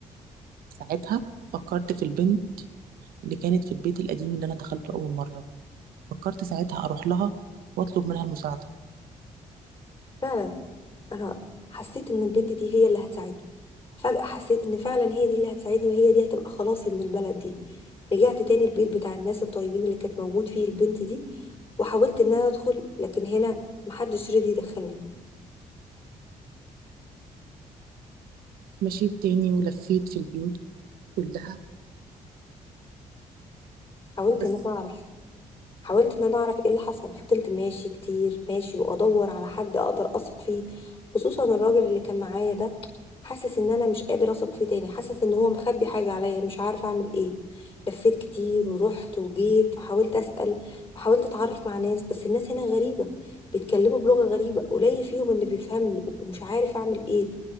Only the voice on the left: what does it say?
فعلا انا حسيت ان البنت دي هي اللي هتساعدني فجاه حسيت ان فعلا هي دي اللي هتساعدني وهي دي هتبقى خلاصي من البلد دي رجعت تاني البيت بتاع الناس الطيبين اللي كانت موجود فيه البنت دي وحاولت ان انا ادخل لكن هنا محدش رضي يدخلني
حاولت
ان انا اعرف حاولت ان انا اعرف ايه اللي حصل فضلت ماشي كتير ماشي وادور على حد اقدر اثق فيه خصوصا الراجل اللي كان معايا ده حاسس ان انا مش قادر اثق فيه تاني حاسس ان هو مخبي حاجة عليا مش عارفة اعمل ايه لفيت كتير ورحت وجيت وحاولت اسأل وحاولت اتعرف مع ناس بس الناس هنا غريبة بيتكلموا بلغة غريبة قليل فيهم اللي بيفهمني ومش عارف اعمل ايه